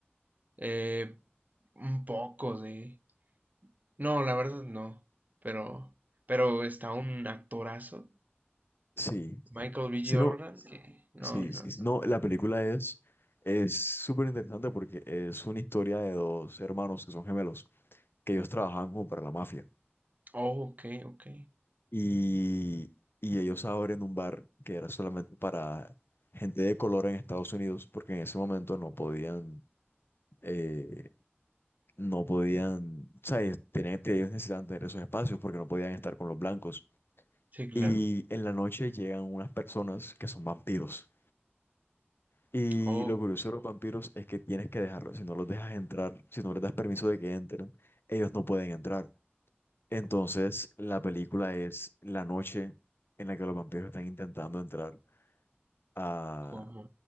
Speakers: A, on the right; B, on the left.
A: eh, un poco de... No, la verdad no. Pero, pero está un actorazo,
B: Sí.
A: Michael B.
B: Si
A: Jordan,
B: no,
A: que no,
B: sí,
A: no,
B: sí,
A: no.
B: sí. No, la película es es súper interesante porque es una historia de dos hermanos que son gemelos, que ellos trabajaban como para la mafia.
A: Oh, ok, ok.
B: Y, y ellos abren un bar que era solamente para gente de color en Estados Unidos, porque en ese momento no podían, eh, no podían, o sea, ellos, tenían, que- ellos necesitaban tener esos espacios porque no podían estar con los blancos.
A: Sí, claro.
B: Y en la noche llegan unas personas que son vampiros. Y
A: Oh,
B: lo curioso de los vampiros es que tienes que dejarlos. Si no los dejas entrar, si no les das permiso de que entren, ellos no pueden entrar. Entonces, la película es la noche en la que los vampiros están intentando entrar a,
A: ¿cómo?